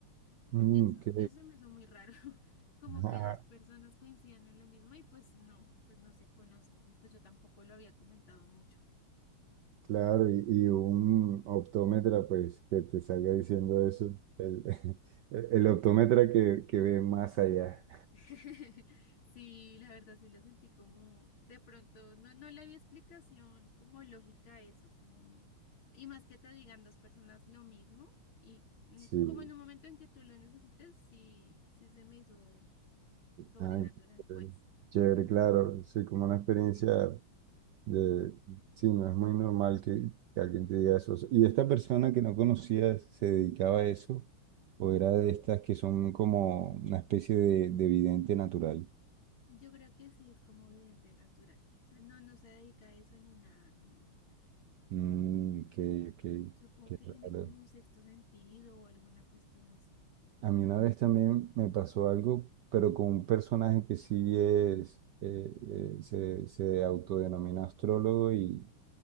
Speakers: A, on the right; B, on the left.
A: Mm,
B: Eso,
A: Ok,
B: es- eso me hizo muy raro, <laughs> como
A: ajá,
B: que dos personas coincidan en lo mismo y pues no, pues no se conocen y pues yo tampoco lo había comentado mucho.
A: claro, y, y un optómetra, pues, que te salga diciendo eso. El, <laughs> el optómetra que, que ve más allá.
B: <laughs> Sí, la verdad sí lo sentí como de pronto, no, no le había explicación como lógica a eso, como, y más que te digan dos personas lo mismo y mm,
A: Sí,
B: como en un momento en que tú lo necesites, sí, sí se me hizo sobrenatural,
A: ah, qué chévere,
B: pues.
A: chévere, claro, sí, como una experiencia De, sí, no es muy normal que, que alguien te diga eso. ¿Y esta persona que no conocías se dedicaba a eso? ¿O era de estas que son como una especie de, de vidente natural?
B: Yo creo que sí es como vidente natural. O sea, no, no se dedica a eso ni nada, no.
A: Mm, que qué-
B: Supongo
A: qué
B: que tiene
A: raro.
B: como un sexto sentido o alguna cuestión así.
A: A mí una vez también me pasó algo, pero con un personaje que sí es, eh, eh, se, se autodenomina astrólogo y,